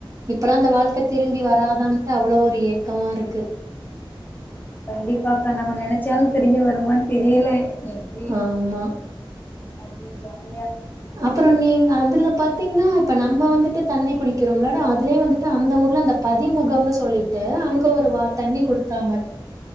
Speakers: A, on the right; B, on the left.
A: இப்பல்லா அந்த வாழ் க்க திரும்பி வராதான் ட்டு அவ்ளோ ஒரு ஏக்கமா இருக்கு
B: கண்டிப்பாக்கா நம்ம நெனைச்சாலு திரும்பி வருமான்னு தெரியல எப்டி
A: ஆமா
B: அவ்ளோ ஜாலி
A: அப்புறோ நீங்க அதுல பாத்தீங்ன்னா இப்ப நம்ம வந்துட்டு தண்ணி குடிக்கிறோல்லடா அதுலயே வந்துட்டு அந்த ஊர்ல அந்த பதிமுகம்னு சொல்லிட்டு அங்க ஒரு வா தண்ணி குடுத்தாங்க